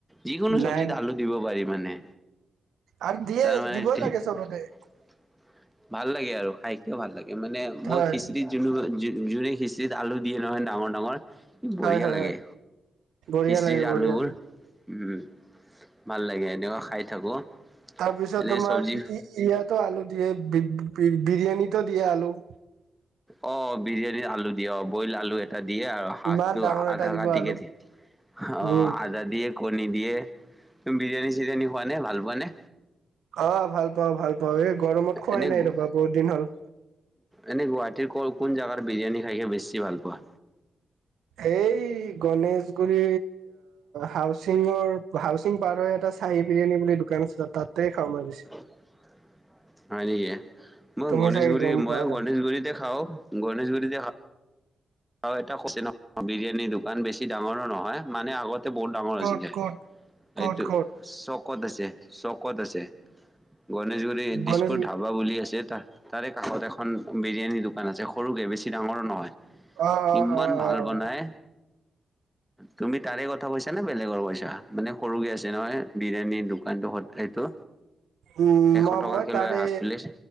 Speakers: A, in the centre; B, on the right.
A: যিকোনো
B: নাই
A: চব্জিত
B: নাই
A: আলু দিব পাৰিব। মানে।
B: আৰু দিয়ে
A: তাৰ মানে
B: দিবই লাগে চবতে।
A: <unintelligible> ভাল লাগে আৰু খাইকিয় ভাল লাগে মানে মই
B: হয়
A: খিচিৰি যোন। যোনে খিচিৰি আল দে নহয় ডাঙৰ ডাঙৰ। বঢ়িয়া
B: হয়
A: লাগে
B: হয় বঢ়িয়া
A: খিচৰি
B: লাগে বঢ়িয়া
A: আলুবোৰ উম। ভাল লাগে এনেকোৱা খাই থাকো।
B: তাৰপিছত
A: এনে
B: তোমাৰ
A: চব্জি
B: ইয়াতো আলু দিয়ে বিৰিয়ানীটো দিয়ে। দে আলু-
A: অ বিৰিয়ানী, আলু দিয় অ বইল আলু এটা দিয়ে আৰু সাতটো
B: ইমান ডাঙৰ
A: আধা
B: এটা দিব
A: কাটিকে
B: আলু
A: দিয়ে অ
B: উম
A: আধা দিয়ে- কণী দিয়ে তুমি বিৰিয়ানী চিৰিয়ানী খোৱা নে ভাল পোৱা নে
B: অ ভাল পাওঁ ভাল পাওঁ। বাৰ এই গৰমত খোৱাই
A: এনে
B: নাই
A: গু
B: ৰবা বহুত দিন হ'ল-
A: এনে গুৱাহাটীৰ ক কোন জাগাত বিৰিয়ানী খাইকে বেছি ভাল পোৱা।
B: এই গণেশগুৰি হাউচিঙৰ হাউচিং পাৰ এটা- চাহ বিৰিয়ানী বুলি দোকান আছে তাতে খাওঁ মাজিছে
A: <unintelligible> হয় নেকি মই
B: তুমি
A: গণেশগুৰি
B: চাগে গম পোৱা
A: মই
B: নাই
A: গণেশগুৰিতে খাও গণেশগুৰিতে খা- আৰু এটা ন বিৰিয়ানীৰ দোকান বেছি ডাঙৰো নহয় মানে আগত বহুত ডাঙৰ
B: ক'ত
A: আছিলে
B: ক'ত ক'ত
A: এইটো
B: ক'ত
A: চ চকত আছে চকত আছে গণেশগুৰি
B: গণেশগুৰি
A: দিছপুৰ ধাবা বুলি আছে। তাৰে কাষত এখন বিৰিয়ানীৰ দোকান আছে সৰুকে বেছি ডাঙৰো নহয়।
B: অ', অ',
A: ইমান ভাল
B: অ',
A: বনাই তুমি তাৰে কথা কৈছা নে বেলেগৰ কইছা মানে সৰুকে আছে নহয় বিৰিয়ানীৰ দোকানটো স এইটো
B: উম
A: এশ
B: ম
A: টকাকে
B: মই তাৰে
A: লয় হাফ প্লেট